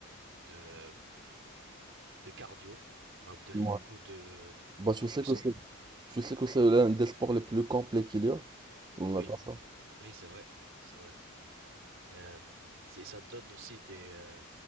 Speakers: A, on the right; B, on the right.
A: de, de cardio, m'a donné
B: Ouais.
A: beaucoup de.
B: bah, tu
A: Je
B: sais
A: me
B: que
A: sens.
B: c'est, tu sais que c'est l'un des sports les plus complets qu'il y a, la natation.
A: Oui, oui, c'est vrai, c'est vrai. Euh, c'est- ça te donne aussi des, euh,